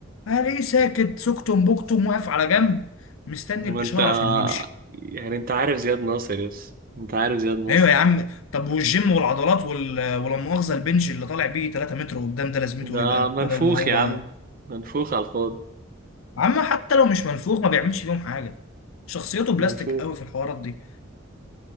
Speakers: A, on the left; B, on the right.
A: الاقيه ساكت سكتم بكتم واقف على جنب مستني
B: ما
A: الاشاره
B: انت
A: عشان نمشي
B: يعني انت عارف زياد ناصر يس انت عارف زياد ناصر
A: ايوه يا عم طب والجيم والعضلات وال... ولا مؤاخذه البنج اللي طالع بيه 3 متر قدام ده لازمته
B: ده
A: ايه بقى
B: منفوخ
A: بدل ما هو
B: يا عم منفوخ على الفاضي
A: عم حتى لو مش منفوخ ما بيعملش بيهم حاجه شخصيته بلاستيك
B: منفوخ
A: قوي في الحوارات دي